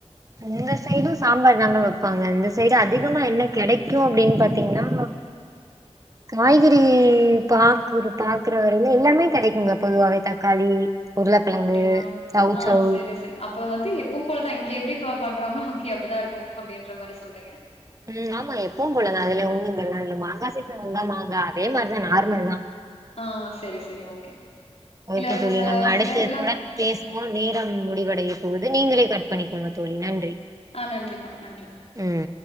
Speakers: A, on the right (about 30°); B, on the left (about 70°).
A: இந்த சைடு சாம்பார் ங்க வெப்பாங்க இந்த சைடு அதிகமா என்ன கெடைக்கு அப்டின்னு பாத்தீங்கன்னா காய்கறி பாக்கு பாக்குற வரையில எல்லாமே கெடைக்குங்க பொதுவாவே தக்காளி உருளக்கெழங்கு
B: அப்டியா
A: சௌசௌ
B: ஆஹ் செரி செரி அப்ப வந்து எப்போ போலதா இங்க எப்டி இப்ப பண்றங்களோ அங்கயு அப்டிதா இருக்கு அப்டின்ற மாரி சொல்றீங்க
A: உம் ஆமா எப்பவும் போலதா அதுல ஒண்ணுங்கல்லா இல்ல மாங்கா சீசன் உங்கா மாங்க அதே மாதிரிதா நார்மல்தா
B: ஆஹ் செரி செரி ஓகே இல்ல
A: ஓகே தோழி
B: ச
A: நம்ம அடுத்து
B: சில இதெல்லாம்
A: தொடர்ந்து பேசுவோ நேரம் முடிவடைய போகுது நீங்களே கட் பண்ணிக்கோங்க தோழி நன்றி
B: ஆஹ் நன்றிப்பா நன்றி
A: ம்